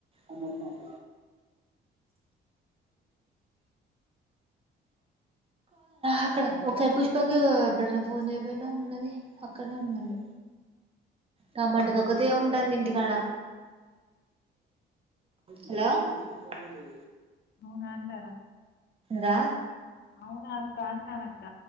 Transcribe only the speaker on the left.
అవునా అన్నాడా
అవునా అక్క అన్నాడు అక్క